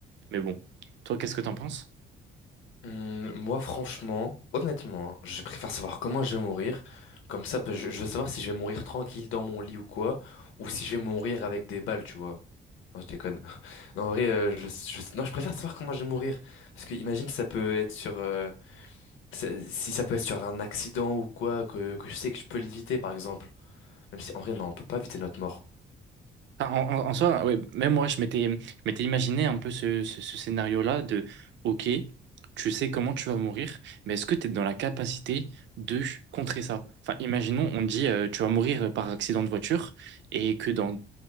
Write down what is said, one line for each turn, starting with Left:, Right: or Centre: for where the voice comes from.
Right: Mais bon, toi, qu'est-ce que t'en penses?
Left: Hum, moi, franchement, honnêtement, hein, je préfère savoir comment je vais mourir. Comme ça, bah, je, je veux savoir si je vais mourir tranquille dans mon lit ou quoi, ou si je vais mourir avec des balles, tu vois. Non, je déconne. <laughs> Non, en vrai, euh, je, je- non, je préfère savoir comment je vais mourir. Parce que imagine, ça peut être sur, euh, ça- si ça peut être sur un accident ou quoi, que, que je sais que je peux l'éviter, par exemple. Même si, en vrai, non, on peut pas éviter notre mort.
Right: Enfin, en, en- en soi, ouais, même moi, je m'étais, je m'étais imaginé un peu ce, ce- ce scénario-là de, OK, tu sais comment tu vas mourir, mais est-ce que tu es dans la capacité de contrer ça? Enfin, imaginons, on te dit, euh, tu vas mourir par accident de voiture et que dans